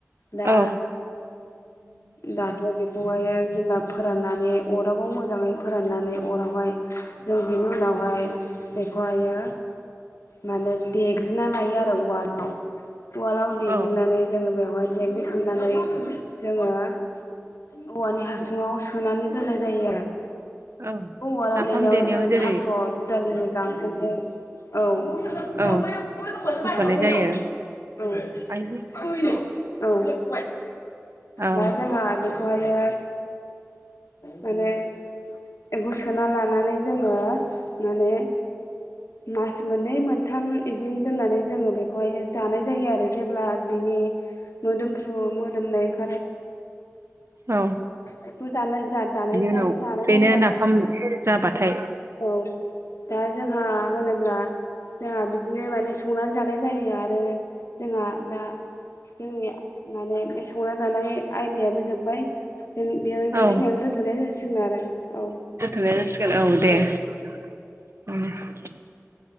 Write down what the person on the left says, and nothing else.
दा
दाथ' बेखौहायो जेनबा फोराननानै अदाबाव मोजाङै फोराननानै अरावहाय जों बेनि उनावहाय बेखौहायो माने देग्लिना लायो आरो उवालाव। उवालाव देग्लिनानै
जोङो बेवहाय देग्लिखांनानै जोङो औवानि हासुङाव सोनानै दोननाय जायो आरो।
उवालाव
देनायावनो
जों
थास' दुदालिनि गांखंखौ औ। <unintelligible>
औ
दा जोंहा बे खौहायो माने एखौ सोना लानानै जोङो माने मास मोननै मोनथाम इदिनो दोननानै जोङो बेखौहाय जानाय जायो आरो जेब्ला बि नि मोदोमफ्रु मोदोमनाय ओंखारो
बेखौ दानाय जा दानाय
जा
जानाय
जायो आरो
औ दा जोंहा होनोब्ला जोंहा बिदिनो माने संनानै जानाय जायो आरो जोंहा दा जोंनि माने बे संना जानाय आयदायाबो जोब्बाय जों बेयाव बेखिनियावनो
दोन थ'नाय जासिगोन आरो औ
औ